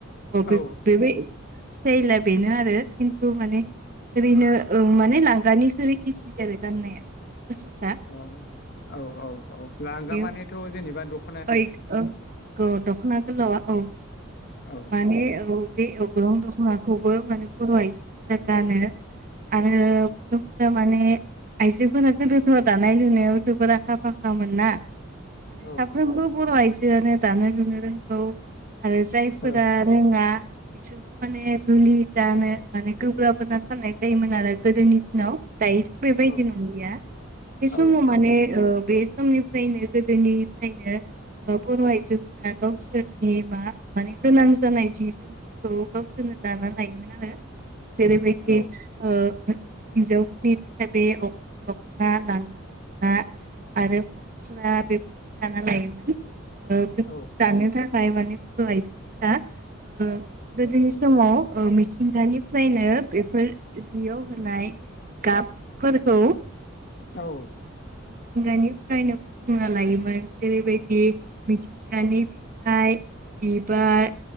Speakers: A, on the right; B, on the left.
A: अ
B: औ
A: बेखौ बेबाय टायला बेनो आरो खिन्थु माने ओरैनो ओ माने लांगा निख्रुय इजि आरो गाननाया। प्रसेसा
B: अ औ औ औ
A: बे
B: लांगा मानेथ' जेनेबा दख
A: ओइ औ औ दख'ना गोलावा औ
B: औ
A: माने औ। बे अग्रं दख'नाखौबो माने बर' आइजोफोरा गानो। आरो गुद फद माने <unintelligible> आइजोफोरा गोदोथ' दानाय- लुनायाव जोबोर आखा फाखामोन ना माने
B: औ
A: साफ
B: औ
A: बर' आइजोआनो दानो लुनो रोंगौ आरो जायफोरा
B: औ
A: रोङा बिसोरखौ माने जुलि जानो माने गोग्राबोना साननाय जायोमोन आरो गोदोनि दिनाव दायो बेबायदि
B: औ
A: नंलिया बे समाव
B: औ
A: माने
B: औ
A: बे समनिफ्रायनो गोदोनि मानो बर' आइजोफोरा गावसोरनि मा माने गोनां जानाय जि जो फोरखौ गावसोरनो दाना लायोमोन। आरो जेरैबायदि
B: औ
A: ओ हिनजावफोरनि थाखाय बे अग्रं दख'ना, लांगा दख'ना आरो लांगा दखना सोबा बेख दाना लायोमोन ओ बेफोरखौ
B: औ
A: दानो थाखाय माने बर' आइजोफोरा ओ गोदोनि समाव ओ मिथिंगानिफ्रायनो बेफोर जियाव होनाय गाबफोरखौ
B: औ
A: मिथिंगानिफ्रायनो बुथुमना लायोमोन जेरैबायदि मिथिंगानि फिथाइ बिबार